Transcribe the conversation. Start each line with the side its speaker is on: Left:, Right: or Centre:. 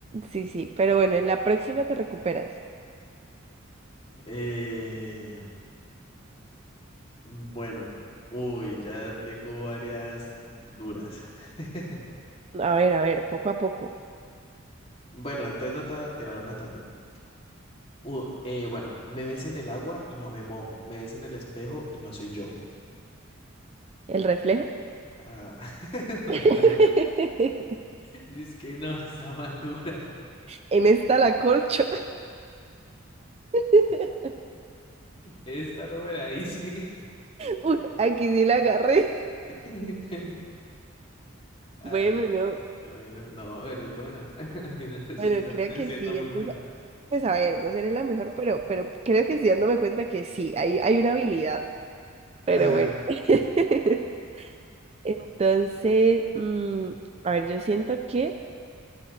Right: sí, sí, pero bueno, en la próxima te recuperas.
Left: Eh, bueno, uy, ya tengo varias duras. <laughs>
Right: A ver, a ver, poco a poco.
Left: Bueno, entonces no te voy a tirar una tan duro. U- eh, bueno, me ves en el agua y no me mojo. Me ves en el espejo y no soy yo.
Right: ¿El reflejo?
Left: Ah, <laughs>
Right: <laughs>
Left: Y es que no, <laughs> está más dura. <laughs>
Right: En esta la corcho. <laughs>
Left: Esta no me la dice.
Right: Uy, aquí sí la agarré.
Left: <laughs> Ay,
Right: Bueno, no.
Left: bueno, no, eres buena. <laughs> Al final resultaste
Right: Bueno, creo que
Left: siendo
Right: sí.
Left: muy
Right: Entonces,
Left: buena.
Right: pues a ver, no seré la mejor, pero, pero creo que sí dándome cuenta que sí, hay, hay una habilidad. Pero
Left: Ajá.
Right: bueno. <laughs> Entonces, mm, a ver, yo siento que